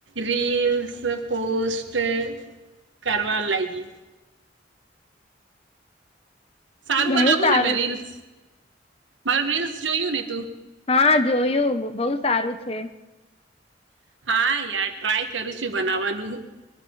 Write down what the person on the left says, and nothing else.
ઘણું
સારું
હા જોયું બહુ સારું છે.